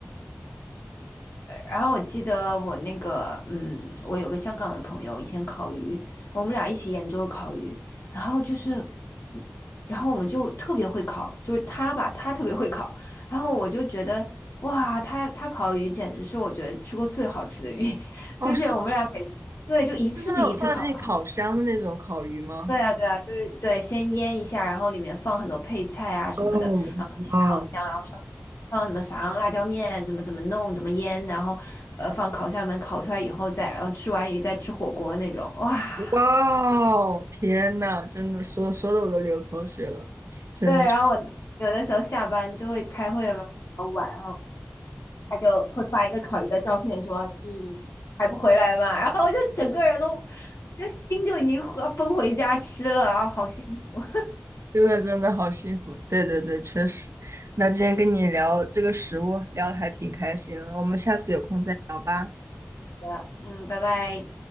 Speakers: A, on the left (about 75°); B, on the right (about 80°).
A: 然后我记得我那个，嗯，我有个香港的朋友，以前烤鱼，我们俩一起研究烤鱼，然后就是，然后我们就特别会烤，就是他吧，他特别会烤，然后我就觉得，哇，他他烤鱼简直是我觉得吃过最好吃的鱼，<laughs>
B: 哦，
A: 就是我们俩每，
B: 是吗？
A: 对，就一次比一次烤的好。
B: 就是那种放进烤箱的那种烤鱼吗？
A: 对啊，对啊，就是对，先腌一下，然后里面放很多配菜啊什么的，
B: 哦，
A: 然后进烤箱。
B: 哇哦
A: 然后。放什么撒上辣椒面，怎么怎么弄，怎么腌，然后呃放烤箱里面烤出来以后再，然后吃完鱼再吃火锅那种，哇！
B: 哇哦，天呐，真的说说的我都流口水了，
A: <laughs>
B: 真的。
A: 对，然后我有的时候下班就会开会嘛，很晚，然后他就会发一个烤鱼的照片说，你还不回来吗？然后我就整个人都，就心就已经要奔回家吃了，然后好幸福。
B: 真的真的好幸福，对对对，确实。那今天跟你聊这个食物，聊得还挺开心的，我们下次有空再聊吧。
A: <laughs> 嗯，拜拜。